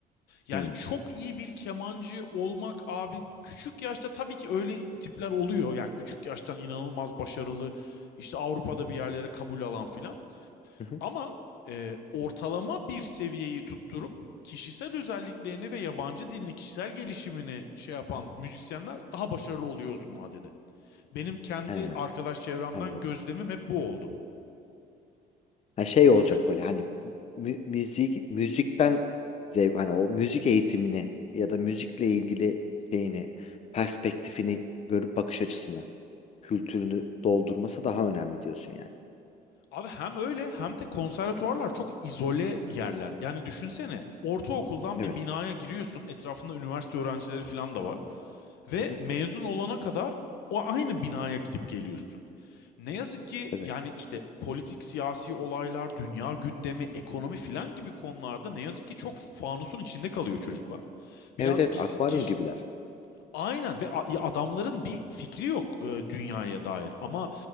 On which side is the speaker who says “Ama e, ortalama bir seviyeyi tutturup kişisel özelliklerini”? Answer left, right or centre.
Left